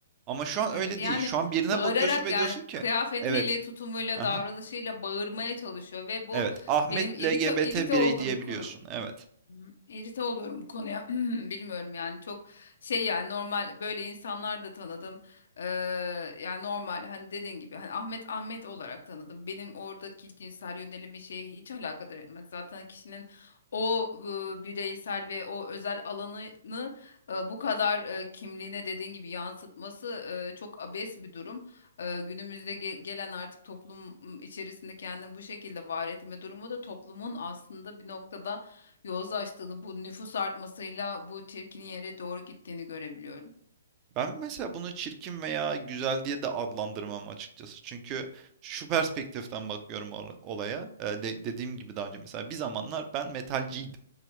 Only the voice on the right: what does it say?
Ama şu an
öyle
değil. Şu an birine
bakıyorsun ve
diyorsun ki
evet.
Aha.
Evet, Ahmet
LGBT
birey
diyebiliyorsun.
Evet.
Ben mesela bunu çirkin veya güzel diye de adlandırmam açıkçası. Çünkü şu perspektiften bakıyorum ol- olaya. Ee, de- dediğim gibi daha önce mesela bir zamanlar ben metalciydim.